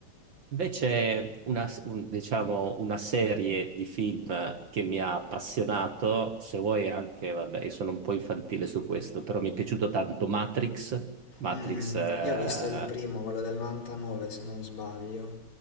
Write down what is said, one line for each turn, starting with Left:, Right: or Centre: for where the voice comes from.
Right: Invece una, s- un- diciamo, una serie di film che mi ha appassionato, se vuoi anche, vabbè, io sono un po' infantile su questo, però mi è piaciuto tanto Matrix, Matrix,
Left: Mm-mm.
Right: eh,
Left: Io ho visto il primo, quello del 99 se non sbaglio.